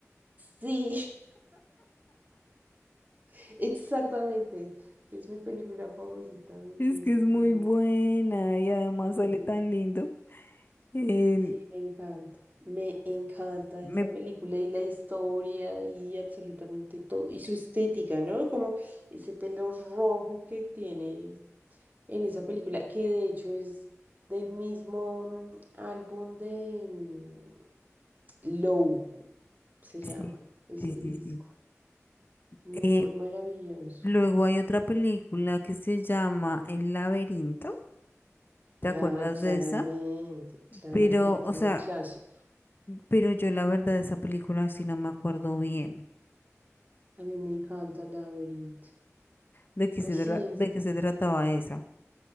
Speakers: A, on the right (about 35°); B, on the left (about 40°).
A: Sí, <laughs> exactamente. Es mi película favorita de
B: Es
A: David
B: que es muy
A: Bowie.
B: buena y además
A: Mm.
B: sale tan lindo. Eh,
A: Sí, me encanta. Me encanta
B: me
A: esa película y la historia y absolutamente todo. Y su estética, ¿no? Como ese pelo rojo que tiene en esa película, que de hecho es del mismo mm, álbum de mm, Low, se llama
B: Sí,
A: ese
B: sí, sí,
A: disco.
B: sí.
A: Muy
B: Eh,
A: maravilloso.
B: luego hay otra película que se llama El laberinto. ¿Te acuerdas
A: Ah, claramente,
B: de esa?
A: claramente,
B: Pero, o
A: un
B: sea,
A: clásico.
B: pero yo la verdad de esa película sí no me acuerdo bien
A: A mí me encanta el Laberinto.
B: de qué
A: Pues
B: se,
A: sí,
B: tra- de
A: es
B: qué se trataba esa.